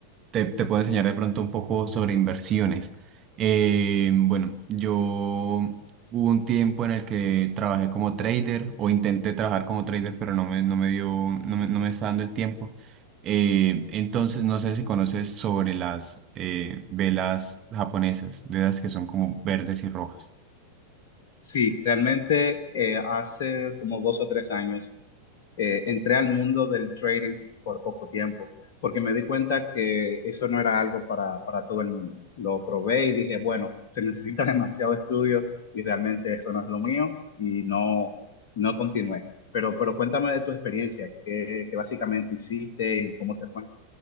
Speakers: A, on the right (about 30°); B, on the left (about 50°).
A: te, te puedo enseñar de pronto un poco sobre inversiones. Eh, bueno, yo hubo un tiempo en el que trabajé como trader o intenté trabajar como trader, pero no me, no me dio, no me, no me está dando el tiempo. Eh, entonces, no sé si conoces sobre las eh, velas japonesas, de las que son como verdes y rojas.
B: Sí, realmente eh, hace como dos o tres años eh, entré al mundo del trading por poco tiempo, porque me di cuenta que eso no era algo para, para todo el mundo. Lo probé y dije, bueno, se necesita <laughs> demasiado estudio y realmente eso no es lo mío y no, no continué. Pero, pero cuéntame de tu experiencia, qué, qué básicamente hiciste y cómo te fue.